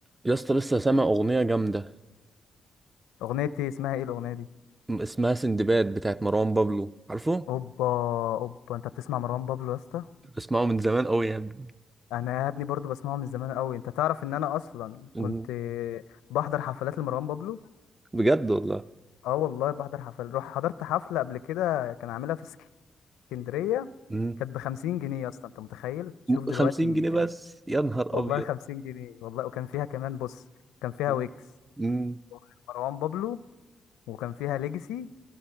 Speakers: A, on the right; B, on the left.
A: يا اسطى لسه سامع اغنيه جامده
B: اغنيتي اسمها ايه الاغنيه دي
A: اسمها سندباد بتاعت مروان بابلو عارفه
B: اوبا اوبا انت بتسمع مروان بابلو يا اسطى
A: بسمعه من زمان قوي يا ابني
B: انا يا ابني برضو بسمعه من زمان قوي انت تعرف ان انا اصلا
A: مم.
B: كنت بحضر حفلات لمروان بابلو
A: بجد والله
B: اه والله بحضر حفل روح حضرت حفله قبل كده كان عاملها في اسكندريه
A: مم.
B: كانت ب 50 جنيه يا اسطى انت متخيل شوف دلوقتي
A: خمسين جنيه
B: كان
A: بس يا نهار
B: والله
A: ابيض
B: 50 جنيه والله وكان فيها كمان بص كان فيها
A: مم.
B: ويكس
A: مم.
B: مروان بابلو وكان فيها ليجاسي